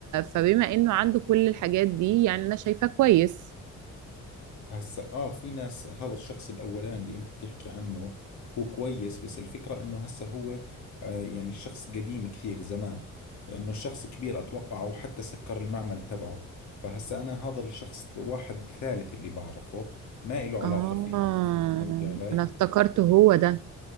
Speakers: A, on the right; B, on the left.
A: فبما انه عنده كل الحاجات دي يعني انا شايفاه كويس
B: هسا اه في ناس هذا الشخص الاولاني اللي انت بتحكي عنه هو كويس بس الفكرة انه هسا هو آه يعني الشخص قديم كثير زمان فانه الشخص كبير اتوقع او حتى سكر المعمل تبعه فهسا انا هذا الشخص واحد ثالث اللي بعرفه ما له علاقة
A: اه
B: فيهم فهمتي علي؟
A: انا افتكرت هو ده